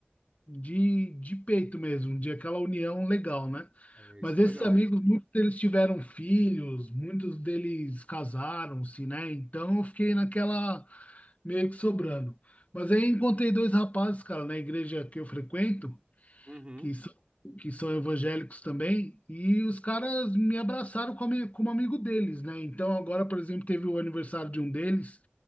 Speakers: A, on the left (about 40°); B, on the right (about 25°).
A: de, de peito mesmo, de aquela união legal, né?
B: É,
A: Mas
B: isso é
A: esses
B: legal.
A: amigos, muitos deles tiveram filhos, muitos deles casaram-se, né? Então eu fiquei naquela. meio que sobrando. Mas aí encontrei dois rapazes, cara, na igreja que eu frequento,
B: Uhum,
A: que são, que são evangélicos também, e os caras me abraçaram como, ami- como amigo deles, né? Então agora, por exemplo, teve o aniversário de um deles,